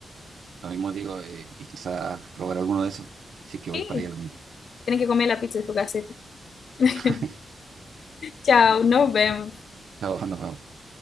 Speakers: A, on the right (about 75°); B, on the left (about 60°).
A: Lo mismo digo, eh, y quizás probar alguno de esos, si es que voy
B: Sí,
A: para ahí algún día.
B: tienes que comer la pizza de su caseta. <laughs>
A: <laughs>
B: Chao, nos vemos.
A: No, no, nos vemos.